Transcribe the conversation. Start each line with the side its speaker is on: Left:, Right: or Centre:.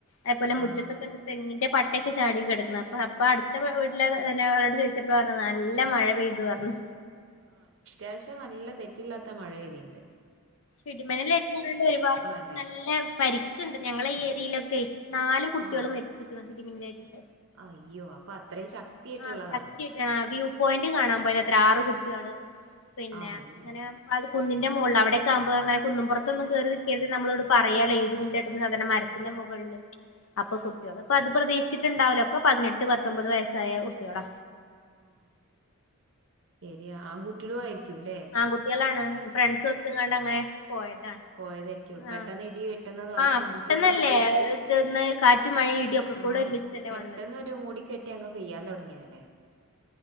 Left: അതപോലെ
Right: ആ
Left: മുറ്റത്തെക്കെണ്ട്തെങ്ങിന്റെ പട്ട ട്ടൊക്കെ ചാടികിടക്കണ് അപ്പ അപ്പൊ അടുത്ത വീട്ടിലഎന്ന അവളോട് ചോദിച്ചപ്പോ പറഞ്ഞത് നല്ല മഴ പെയ്തു പറുഞ്ഞു
Right: ആ അത്യാവശ്യം നല്ല പറ്റില്ലാത്ത മഴ പെയതിുണ്ട്
Left: ഇടിമിന്നലേക്കു ന്നതൊണ്ട് ഒരുപാട്
Right: ഉണ്ടായിരുന്നു
Left: നല്ല ക്കണ്ട് ഞങ്ങള ഏരിയയിലൊക്കെ നാല് കുട്ടികളും
Right: ആ
Left: മരിച്ചിരിക്കണ് ് <inaudible>
Right: അയ്യോ അപ്പൊ അത്രയും ശക്തിയായിട്ടുള്ളതാണ്
Left: ആഹ് ശക്തിയായിട്ടാണ് ആഹ് വ്യൂ പോയിന്റ് കാണാൻ പോയത് അത്ര ആറ് കുട്ട്യള് പിന്നെ
Right: ആ അയ്യോ
Left: അങ്ങനെ അത് കുന്നിന്റെ മുകള് അവിടെ ുമ്പോ അങ്ങെ കുന്നുംപുറത്തൊന്നും കേയറി നിിക്കക്കരുത് നമ്മളോട് പറയാല ഇടിമിന്നല് കേട്ടപ്പ സാധാരണ മരത്തിന്റെ മുകളില് അപ്പൊ കുട്ടികളള് അപ്പൊ അത് പ്രതീിച്ചിട്ടുണ്ടാവല്ലോ ഒക്കെ പതിനെട്ട് പത്തൊമ്പത്യസായ കുട്ടികളാ
Right: ആഹ ശരിയാ ആൺകുട്ടികളും ആയിരിക്കൂല്ലേ
Left: ആൺകുട്ടികൾ ആണ് ഫ്രണ്ട്സ് ഒത്തങ്ങാണ്ട അങ്ങനെ പോയതാണ്
Right: പോയതായിരിക്കും പെട്ടന്ന്
Left: ആഹ്
Right: ഇടി വെട്ടുന്നത അവര്
Left: ആഹ്
Right: ചിന്തിച്ചിട്ടുംണ്ടാവൂല
Left: പെട്ടെന്നല്ലേ ഇത്ന്ന് കാറ്റും മഴയും ഇടിയൊക്കെ
Right: ആഹ
Left: കൂടെ ഒരുമിച്ചിട്ടല്ലേ
Right: പെട്ടന്ന്
Left: വന്നത്
Right: ഒരു മൂടി കെട്ടി അങ്ങ് പെയ്യാൻ തുടങ്ങിയല്ലേ